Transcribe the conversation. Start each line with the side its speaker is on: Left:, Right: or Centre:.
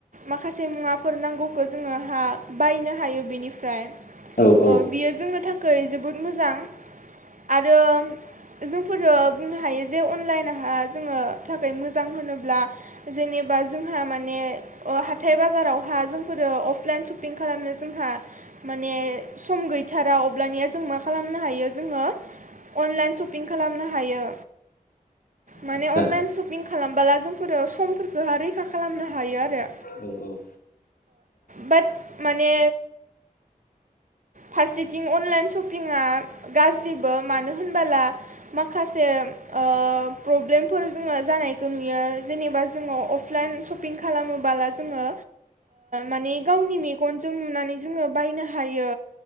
Right: माखासे मुवाफोर नांगौखौ जोङोहा बायनो हायो बेनिफ्राय। अ
Left: औ औ
Right: बियो जोंनो थाखाय खाय जोबोद मोजां आरो जोंफोरो बुंनो हायो जे अनलाइनहा जोङो थाखाय मोजां होनोब्ला जेनेबा जोंहा माने हाथाय बाजारावहा जोंफोरो अफलाइन सपिं खालामनो जोंहा माने सम गैथारा अब्लानिया जों मा खालामनो हायो जोङो अनलाइन सपिं खालामनो हायो। माने
Left: आदसा
Right: अनलाइन सपिं खालाम बाला जोंफोरो समफोरखोहा रैखा खालामनो हायो आरो।
Left: औ औ ओ औ
Right: बाट माने फारसेथिं अनलाइन सपिंआ गाज्रिबो मानो होनबोला माखासे ओ प्रब्लेमफोर जोङो जानायखौ नुयो। जेनेबा जोङो अफ लाइन सपिं खालामोबोला ओ जोङो माने गावनि मेगनजों नुनानै जोङो बायनो हायो। हायो